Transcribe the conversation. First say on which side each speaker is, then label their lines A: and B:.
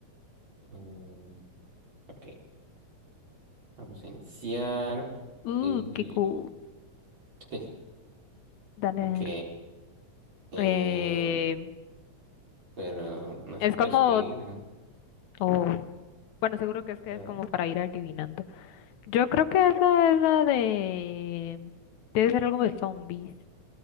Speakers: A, on the right; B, on the left.
A: Mm, ok. Vamos a iniciar.
B: Uh,
A: Y-
B: qué cool.
A: <laughs>
B: Dale.
A: Ok. eh,
B: Eh,
A: pero no
B: es
A: se puede
B: como,
A: escribir, ¿no?
B: oh, bueno, seguro que es que
A: Pero,
B: es como para ir adivinando. Yo creo que esa es la de, debe ser algo de zombies.